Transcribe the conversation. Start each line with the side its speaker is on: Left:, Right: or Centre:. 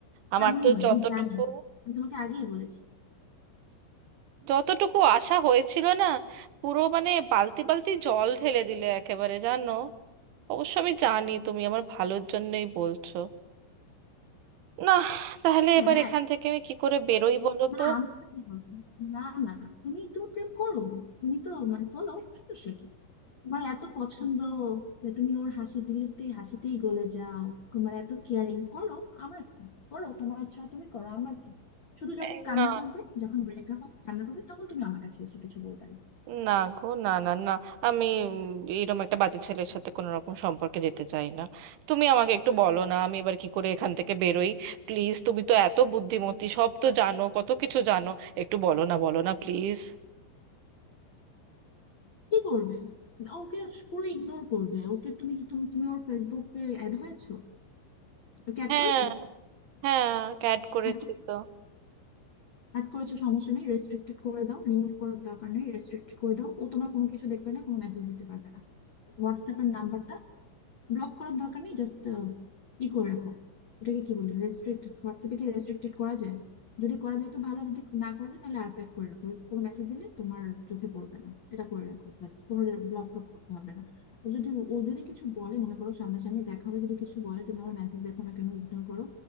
Right: আমার
Left: তেমনই
Right: তো
Left: হয়
Right: যতটুকু
Left: আমি জানি আমি তোমাকে আগেই বলেছি
Right: যতটুকু আশা হয়েছিল না পুরো মানে বালতি বালতি জল ঢেলে দিলে একেবারে জানো অবশ্য আমি জানি তুমি আমার ভালোর জন্যই বলছো না তাহলে
Left: হ্যাঁ
Right: এবার
Left: হ্যাঁ
Right: এখান থেকে আমি কি করে বেরোই বলো
Left: না
Right: তো
Left: আমি কি বলবো না না না তুমি তুমি প্রেম করো তুমি তো মানে করো সমস্যা কি তোমার এত পছন্দ যে তুমি ওর হাসি দিলেতেই হাসিতেই গলে যাও তোমার এত কেয়ারিং করো আমার কি করো তোমার ইচ্ছা হয় তুমি করো আমার কি শুধু যখন
Right: এই
Left: কান্না
Right: না
Left: করবে যখন ব্রেকআপ হবে কান্না করবে তখন তুমি আমার কাছে এসে কিছু বলবে না
Right: না গো না না না আমি এরকম একটা বাজে ছেলের সাথে কোনো রকম সম্পর্কে যেতে চাই না তুমি আমাকে একটু বলো না আমি এবার কি করে এখান থেকে বেরোই প্লিজ তুমি তো এত বুদ্ধিমতী সব তো জানো কত কিছু জানো একটু বলো না বলো না প্লিজ
Left: কি করবে ওকে পুরো ইগনোর করবে ওকে তুমি কি তুমি তুমি ওর ফেসবুকে অ্যাড হয়েছো ওকে অ্যাড
Right: হ্যাঁ
Left: করেছো
Right: হ্যাঁ ক্যাট করেছি
Left: অ্যাড করেছো
Right: তো
Left: অ্যাড করেছো সমস্যা নেই রেস্ট্রিক্টেড করে দাও রিমুভ করার দরকার নেই রেস্ট্রিক্টেড করে দাও ও তোমার কোনো কিছু দেখবে না কোনো মেসেজ দিতে পারবে না হোয়াটসঅ্যাপের নাম্বারটা ব্লক করার দরকার নেই জাস্ট ই করে রাখো ওটাকে কি বলে রেস্ট্রিক্ট হোয়াটসঅ্যাপে কি রেস্ট্রিক্টেড করা যায় যদি করা যায় তো ভালো যদি না করা যায় তাহলে আর্কাইভ করে রাখো কোনো মেসেজ দিলে তোমার চোখে পড়বে না এটা করে রাখো ব্যাস কোনো ব্লক টক করতে হবে না আর যদি ও যদি কিছু বলে মনে করো সামনাসামনি দেখা হলে যদি কিছু বলে তুমি আমার মেসেজ দেখো না কেন ইগনোর করো